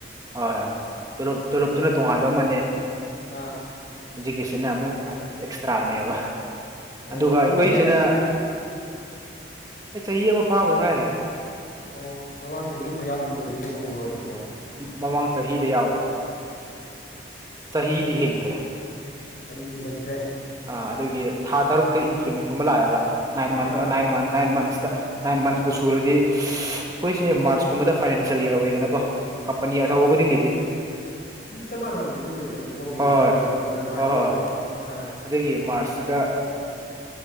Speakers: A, on the right; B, on the left.
A: ꯍꯣꯏ ꯍꯣꯏꯣ ꯇꯣꯂꯣꯞꯇꯨꯅ ꯇꯣꯉꯥꯟꯕ ꯑꯃꯅꯦ
B: ꯑꯥ
A: ꯍꯧꯖꯤꯛꯀꯤꯁꯤꯅ ꯑꯃꯨꯛ ꯑꯦꯛꯁꯇ꯭ꯔꯥꯅꯦꯕ
B: ꯑꯣ
A: ꯑꯗꯨꯒ
B: ꯕ꯭ꯔꯣꯗꯤ
A: ꯑꯩꯈꯣꯏꯁꯤꯅ
B: ꯀꯌꯥꯝ ꯀꯌꯥ
A: ꯑꯩ ꯆꯍꯤ ꯑꯃ ꯐꯥꯕꯗ ꯉꯥꯏꯔꯤꯗ
B: ꯑꯣ ꯃꯃꯥꯡ ꯆꯍꯤꯒꯨꯝꯕ ꯌꯥꯎꯕꯗꯣ ꯑꯣꯏꯗꯣꯏꯅꯦꯕꯕ꯭ꯔꯣꯖꯤꯛ
A: ꯃꯃꯥꯡ ꯆꯍꯤꯗ ꯌꯥꯎꯕ ꯆꯍꯤꯗꯤ ꯍꯦꯟꯈꯔꯦ
B: ꯆꯍꯤꯗꯤ ꯍꯦꯟꯈ꯭ꯔꯦ
A: ꯑꯥ ꯑꯗꯨꯒꯤ ꯊꯥ ꯇꯔꯨꯛꯇ ꯏꯟꯀ꯭ꯔꯤꯃꯦꯟꯒꯨꯝꯕ ꯂꯥꯛꯑꯦꯕ ꯅꯥꯏꯟ ꯃꯟꯁ
B: ꯑꯥ
A: ꯅꯥꯏꯟ ꯃꯟ ꯅꯥꯏꯟ ꯃꯟꯁꯇ ꯅꯥꯏꯟ ꯃꯟꯁꯄꯨ
B: ꯑꯥ
A: ꯁꯨꯔꯗꯤ ꯑꯩꯈꯣꯏꯁꯦ ꯃꯥꯔꯆꯀꯨꯝꯕꯗ ꯐꯥꯏꯅꯥꯟꯁꯤꯌꯦꯜ ꯏꯔ ꯑꯣꯏꯌꯦꯗꯅꯀꯣ ꯀꯝꯄꯅꯤ ꯑꯆꯧꯕ ꯈꯨꯗꯤꯡꯒꯤꯗꯤ
B: ꯆꯃꯥ ꯇꯕ ꯑꯗꯨꯕꯨꯗꯤ ꯑꯗꯨꯝ ꯒꯣꯔꯃꯦꯟꯁꯨ
A: ꯍꯣꯏ ꯍꯣꯏ
B: ꯀꯩꯁꯨ ꯑꯗꯨꯃꯥꯏꯅ
A: ꯍꯣꯏ
B: ꯑꯣꯏꯕꯅꯦ
A: ꯍꯣꯏ
B: ꯑ
A: ꯑꯗꯨꯒꯤ ꯃꯥꯔꯁꯇꯨꯗ